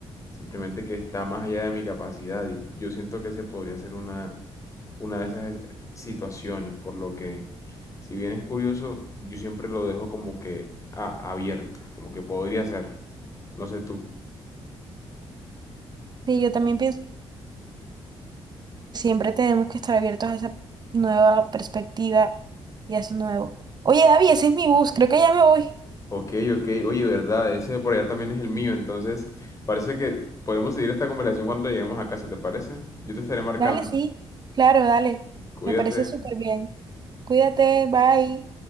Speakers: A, on the left (about 30°); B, on the right (about 40°).
A: Simplemente que está más allá de mi capacidad y yo siento que se podría ser una, una de esas es- situaciones, por lo que si bien es curioso, yo siempre lo dejo como que ah, abierto, como que podría ser, no sé tú.
B: Sí, yo también pienso siempre tenemos que estar abiertos a esa nueva perspectiva y a eso nuevo. Oye, David, ese es mi bus, creo que ya me voy.
A: Ok, ok. Oye, verdad, ese por allá también es el mío, entonces parece que podemos seguir esta conversación cuando lleguemos a casa, ¿te parece? Yo te estaré marcando.
B: Dale, sí, claro, dale.
A: Cuídate.
B: Me parece súper bien. Cuídate, bye.